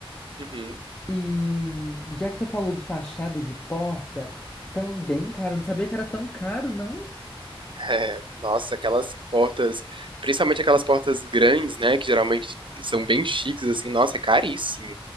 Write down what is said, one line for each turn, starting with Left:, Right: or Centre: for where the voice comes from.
Right: Uhum.
Left: E já que você falou de fachada e de porta, também, cara, eu não sabia que era tão caro, não.
Right: É. Nossa, aquelas portas, principalmente aquelas portas grandes, né, que geralmente são bem chiques assim, nossa, é caríssimo.